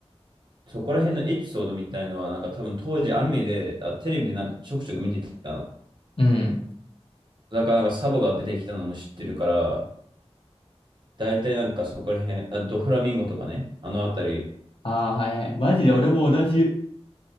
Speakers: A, on the right; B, on the left.
A: そこら辺のエピソードみたいのは、なんか多分当時アニメで、あ、テレビでなんかちょくちょく見てたの。
B: うん。
A: だからなんかサボが出てきたのも知ってるから、大体なんかそこら辺、あ、ドフラミンゴとかね、あのあたり。
B: ああ、はいはい。マジで俺も同じ。